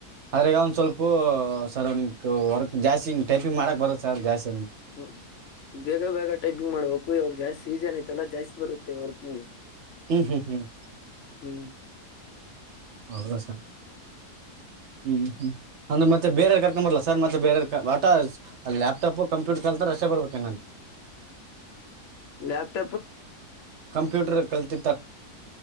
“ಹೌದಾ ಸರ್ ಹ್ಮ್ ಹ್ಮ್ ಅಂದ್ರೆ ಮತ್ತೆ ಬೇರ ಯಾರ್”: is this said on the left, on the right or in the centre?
Right